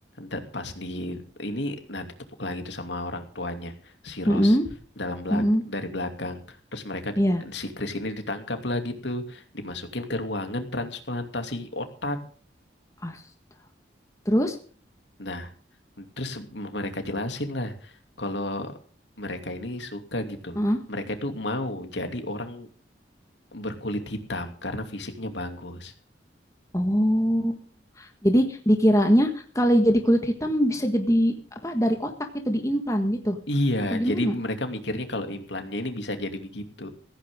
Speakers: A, on the left; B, on the left.
A: da- pas di ini nah ditepuk lagi tuh sama orang tuanya si
B: mm-mm,
A: Ross dalam belak
B: mm-mm.
A: dari belakang. Terus mereka
B: Iya.
A: di- si Chris ini ditangkap lah gitu, dimasukin ke ruangan transplantasi otak.
B: Astaga. Terus,
A: Nah, terus m- mereka jelasin lah kalau mereka ini suka gitu.
B: mm-mm.
A: Mereka itu mau jadi orang berkulit hitam karena fisiknya bagus.
B: Oh, jadi dikiranya kali jadi kulit hitam bisa jadi apa dari otak gitu diimplan gitu.
A: Iya,
B: Apa gimana?
A: jadi mereka mikirnya kalau implannya ini bisa jadi begitu.